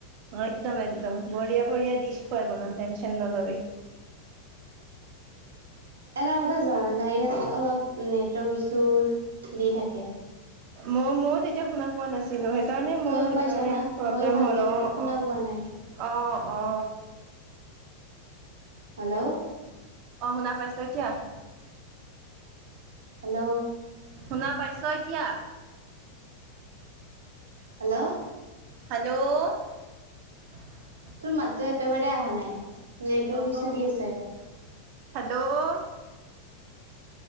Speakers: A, on the right; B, on the right.
A: একদম একদম বঢ়িয়া বঢ়িয়া দিশ মনাম েনশন ন লবি
B: এটা কথা জৰা নাই ইয়াত অলপ নেটৱৰ্ ইছু দি থাকে
A: মই মই তেতিয়া শুনা পোৱা নাছিলো সেইকাৰণে
B: তইও
A: মোৰ সেইকাৰণে
B: পাইছা না
A: প্ৰব্লেম
B: মইও ভালকে
A: হ'ল
B: মানে
A: অ
B: শুনা
A: অ
B: পোৱা নাই।
A: অ অ
B: হেল্ল'
A: অ শুনা পাইছা কিয়
B: হেল্ল'
A: শুনা পাইছ এতিয়া
B: হেল্ল'
A: হেল্ল'
B: তোৰ মাতো একেবাৰে আহা নাই নেটৱৰ্ক ইছু দি আছে
A: হেল্ল'